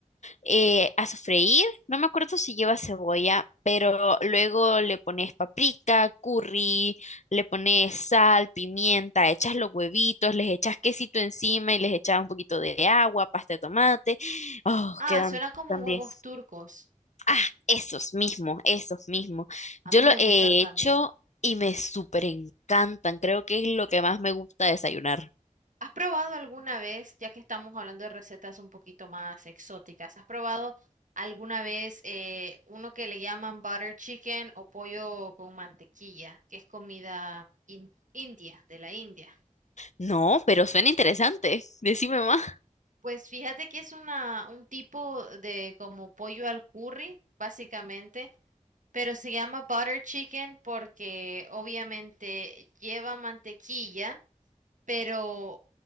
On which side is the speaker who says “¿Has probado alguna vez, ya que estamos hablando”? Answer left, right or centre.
Right